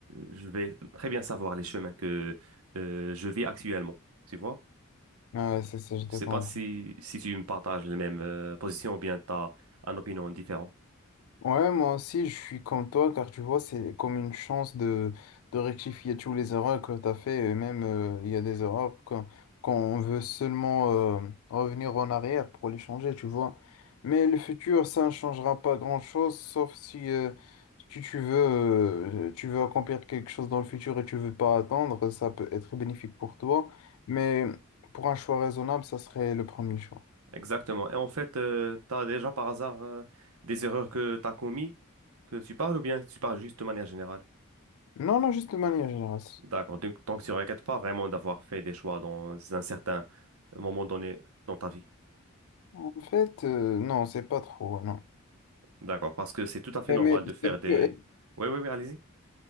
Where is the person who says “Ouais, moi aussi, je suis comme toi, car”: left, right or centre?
Left